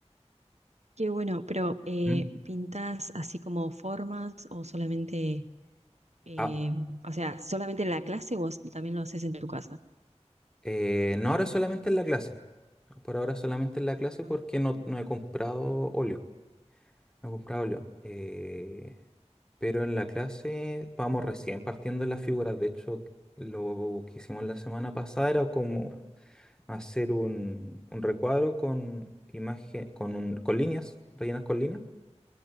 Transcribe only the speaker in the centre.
¿Mm?
Ah,
eh, no ahora solamente en la clase. Por ahora solamente en la clase
porque no, no he comprado óleo. No he comprado óleo. Eh, pero en la clase vamos recién partiendo en las figuras. De hecho, lo que hicimos la semana pasada era como hacer un, un recuadro con imagen, con, un- con líneas, rellenas con líneas